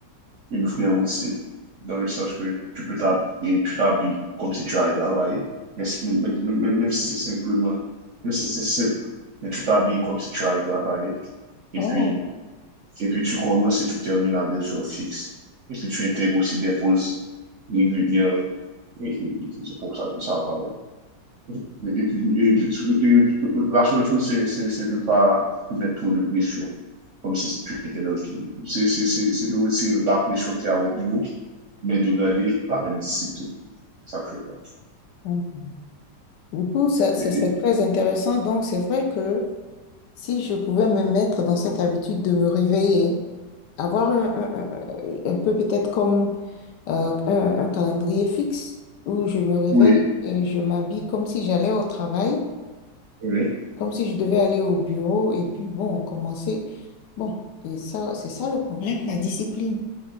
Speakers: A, on the right; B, on the left.
A: une vraie routine, dans le sens que tu peux t'hab- et tu t'habilles comme si tu allais travailler, mais c'est- même, même- même- même- même si c'est simplement, même si c'est simple, mais tu t'habilles comme si tu allais travailler, et
B: Oh.
A: puis, et puis tu commences et tu termines à des heures fixes, et puis tu intègres aussi des pauses régulières, et, et- et c'est pour ça que ça va, ouais. Et, et- et- et la seule chose, c'est c'est- c'est de ne pas te mettre trop de pression, comme si tu étais dans une... C'est c'est- c'est- c'est de retirer la pression qu'il y a au bureau, mais de garder la même discipline. C'est ça que je pense.
B: Mm. Du coup, ça, ça,
A: Et-
B: c'est
A: et-
B: très intéressant. Donc, c'est vrai que si je pouvais me mettre dans cette habitude de me réveiller, avoir un, un- un- un peu peut-être comme euh, un, un calendrier fixe où je me réveille
A: Oui,
B: et je m'habille comme si j'allais au travail,
A: oui.
B: comme si je devais aller au bureau et puis bon, commencer. Bon, et ça, c'est ça le problème, la discipline.